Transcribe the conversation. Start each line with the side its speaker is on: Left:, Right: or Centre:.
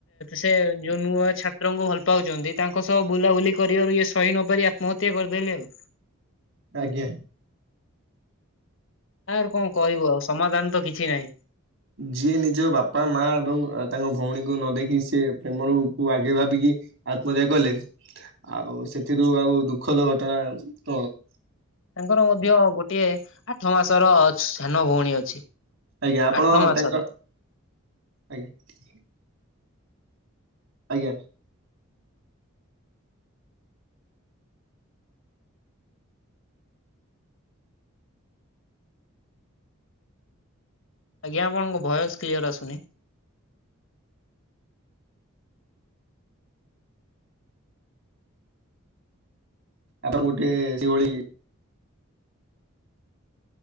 Left: ସେ ଯୋଉ ନୁଆ ଛାତ୍ରଙ୍କୁ ଭଲ ପାଉଛନ୍ତି। ତାଙ୍କ ସହ ବୁଲାବୁଲି କରିବାରୁ ଇଏ ସହି ନ ପାରି ଆତ୍ମହତ୍ୟା କରିଦେଲେ ଆଉ।
Right: ଆଜ୍ଞା।
Left: ସାର୍ କଣ କହିବୁ ଆଉ ସମାଧାନ ତ କିଛି। ନାହିଁ।
Right: ଯିଏ ନିଜ ବାପା ମା ଏବଂ ତାଙ୍କ ଭଉଣୀକୁ ନ ଦେଖି। କି ସେ ପ୍ରେମରୁ କୁ ଆଗେ ଭାବିକି ଆତ୍ମତ୍ୟା କଲେ ଆଉ ସେଥିରୁ ଆଉ ଦୁଃଖ। ପ୍ରକୃତ ଘଟଣା ତଣ
Left: ତାଙ୍କର ମଧ୍ୟ ଗୋଟିଏ ଆଠ ମାସର ସାନ ଭଉଣୀ ଅଛି।
Right: ଆଜ୍ଞା ଆପଣ
Left: ଆଠ ମାସର
Right: ତାଙ୍କ ଆଜ୍ଞା ଆଜ୍ଞା।
Left: ଆଜ୍ଞା ଆପଣଙ୍କ ଭୟସ୍ କ୍ଲିଅର୍ ଆସୁନି
Right: ଆପଣ ଗୋଟିଏ ଡିଓଳି